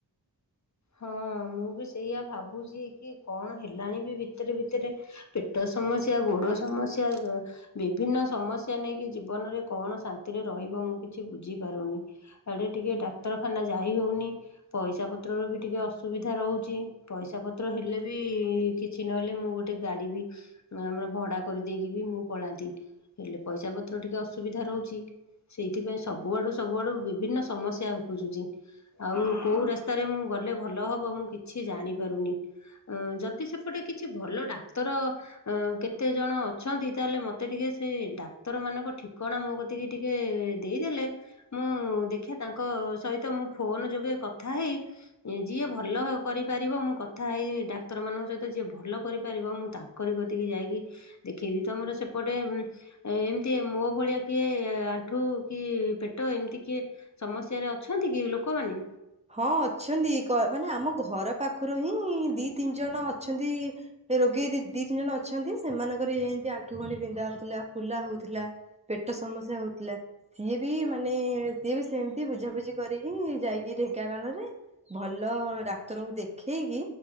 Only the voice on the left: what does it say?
ହଁ ମୁଁ ବି ସେଇଆ ଭାବୁଛି କି କଣ ହେଲାଣି ବି ଭିତରେ ଭିତରେ ପେଟ ସମସ୍ୟା ଗୋଡ ସମସ୍ୟା ବିଭିନ୍ନ ସମସ୍ୟା ନେଇକି ଜୀବନରେ କଣ ଶାନ୍ତିରେ ରହିବ ମୁଁ କିଛି ବୁଝି ପାରୁନି ଆଡେ ଟିକେ ଡାକ୍ତରଖାନା ଯାଇ ହଉନି ପଇସା ପତ୍ରର ବି- ଟିକେ ଅସୁବିଧା ରହୁଛି ପଇସା ପତ୍ର ହେଲେ ବି କିଛି ନହେଲେ ମୁଁ ଗୋଟେ ଗାଡି ବି ଆମର ଭଡା କରିଦେଇକି ବି ମୁଁ ପଳାନ୍ତି ହେଲେ ପଇସା ପତ୍ର ଟିକେ ଅସୁବିଧା ରହୁଛି ସେଇଥିପାଇଁ ସବୁଆଡୁ ସବୁଆଡୁ ବିଭିନ୍ନ ସମସ୍ୟା ଉପୁଜୁଛି ଆଉ କୋଉ ରାସ୍ତାରେ ମୁଁ ଗଲେ ଭଲ ହବ ମୁଁ କିଛି ଜାଣିପାରୁନି ଯଦି ସେପଟେ କିଛି ଭଲ ଡାକ୍ତର କେତେ ଜଣ ଅଛନ୍ତି ତାହେଲେ ମୋତେ ଟିକେ ସେ ଡାକ୍ତର ମାନଙ୍କ ଠିକଣା ମୋ କତିକି ଟିକେ ଦେଇଦେଲେ ମୁଁ ଦେଖିବା ତାଙ୍କ ସହିତ ମୁଁ ଫୋନ ଯୋଗେ କଥା ହେଇ- ଯିଏ ଭଲ କରିପାରିବ ମୁଁ କଥା ହେଇ ଡାକ୍ତର ମାନଙ୍କ ସହିତ ଯିଏ ଭଲ କରିପାରିବ ମୁଁ ତାଙ୍କରି କତିକି ଯାଇକି ଦେଖେଇବି ତମର ସେପଟେ ଏମିତି ମୋ ଭଳିଆ କିଏ ଆଣ୍ଠୁ କି ପେଟ ଏମିତି କିଏ ସମସ୍ୟାରେ ଅଛନ୍ତି କି ଲୋକମାନେ